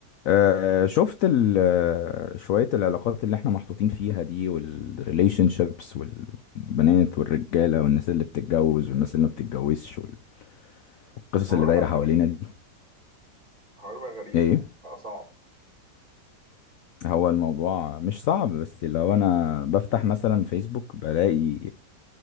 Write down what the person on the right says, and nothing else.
حوار
بقى
غريب
حوار بقى غريب
وبقى صعب